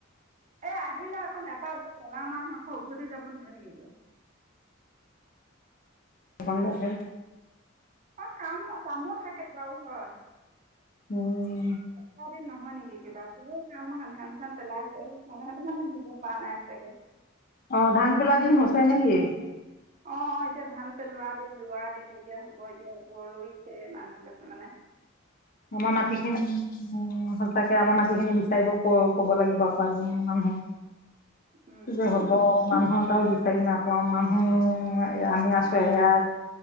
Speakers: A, on the right; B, on the left.
A: এ আহিলে আকৌ নেপাৰ কলা মাহ আকৌ উভতি যাব নালাগিব।
B: দোকানছে।
A: অ কাম কামো থাকে বাৰু হয়
B: উম,
A: ক দিন নহয় নেকি কিবা চব কাম সাধ। চ পালাই। মানহঁতে মানে আহিব পৰা নাই চাগে।
B: অ', ধান পেলোৱা দিন হৈছে <unintelligible>
A: অ অ এতিয়া ধান পেলোৱা দিন ৰোৱা দিন এতিয়া হ'ব এতিয়া আকব ৰৈ। স মানহ কছে মানে।
B: আমাৰ মাটি খিনি সঁচাকে আমাৰ মাটিখিনি। চাই ক ক'ব লাগিব আকৌ এজনীয়া মানুহে। কিযে
A: উম
B: হ'ব
A: উম
B: মানুহৰ এ তটাও বি। সেইদি নাপওঁ মানুহ আমি আছো ইয়াত